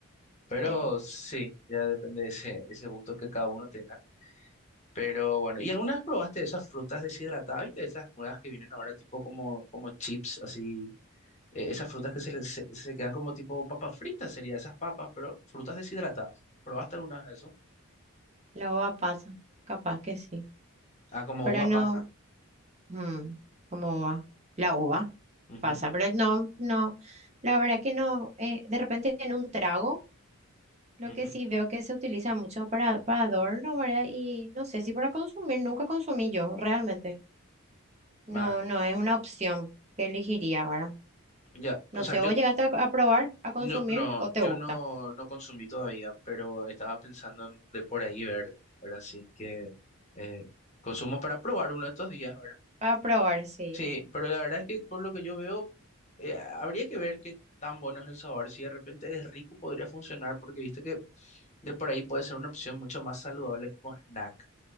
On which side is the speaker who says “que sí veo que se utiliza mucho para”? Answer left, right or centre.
Right